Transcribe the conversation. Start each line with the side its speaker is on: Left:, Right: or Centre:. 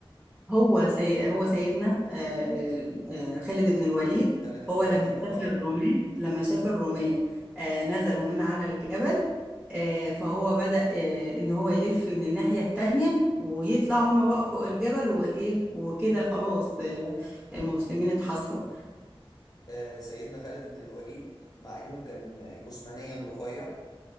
Centre: هو سي... هو سيدنا آه، آه، آه، خالد بن الوليد
Left: خالد
Centre: هو
Left: بن الوليد
Centre: لما
Left: آه
Centre: شاف الرومان لما شاف الرومان آه، نزلوا من على الجبل آه، فهو بدأ آه، ان هو يلف من الناحية التانية ويطلع هم بقى فوق الجبل وايه وكده خلاص آه، المسلمين اتحاصروا
Left: آه، سيدنا خالد بن الوليد مع إنه كان جسمانيا رفيع